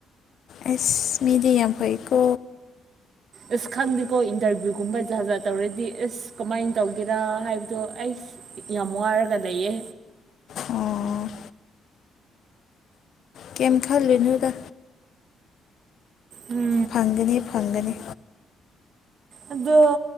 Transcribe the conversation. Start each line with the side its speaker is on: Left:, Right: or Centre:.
Left: ꯑꯦꯁ ꯃꯤꯦꯗꯤꯌꯝꯩꯀ
Right: ꯑꯁ ꯈꯪꯗꯦꯀꯣ ꯏꯟꯇꯔꯚꯤꯌꯨꯒꯨꯝꯕ ꯖꯥ ꯖꯥꯠ ꯇꯧꯔꯗꯤ ꯑꯁ ꯀꯃꯥꯏꯅ ꯇꯧꯒꯦꯔ ꯍꯥꯏꯕꯗꯣ ꯑꯩꯁ ꯌꯥꯝ ꯋꯥꯔꯒ ꯂꯩꯌꯦ
Left: ꯑꯣ ꯀꯝ ꯈꯥ ꯂꯅꯗ
Right: ꯎꯝ
Left: ꯐꯪꯒꯅꯤ ꯐꯪꯒꯅꯤ
Right: ꯑꯗꯣ